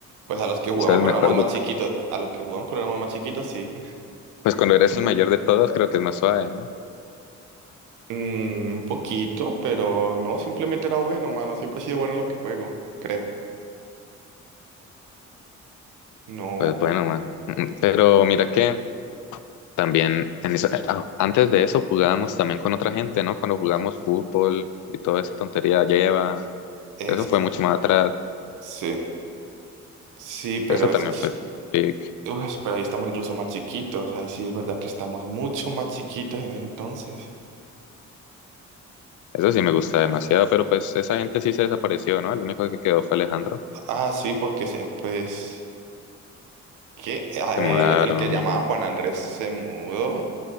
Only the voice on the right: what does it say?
pues a los que jugamos
cuando
éramos más
chiquitos, a los que jugamos cuando éramos más chiquitos, sí. <laughs>
Mm, un poquito, pero no, simplemente era bueno, mano. Siempre he sido bueno en lo que juego, creo. No,
es,
sí, sí, pero
es...
Uf, pero ahí estamos incluso más chiquitos, ahí sí es verdad que estamos mucho más chiquitos en ese entonces.
Ah, sí, porque se, pues, que
el que llamaba Juan Andrés se mudó